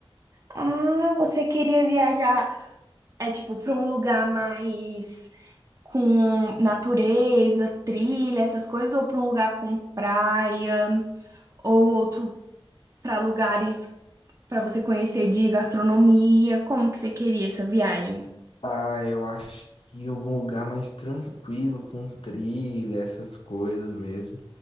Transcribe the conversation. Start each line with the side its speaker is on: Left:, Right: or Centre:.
Right: Ah, você queria viajar, é tipo, pra um lugar mais com natureza, trilha, essas coisas, ou pra um lugar com praia, ou outro pra lugares pra você conhecer de gastronomia? Como que você queria essa viagem?
Left: Ah, eu acho que algum lugar mais tranquilo, com trilha, essas coisas mesmo.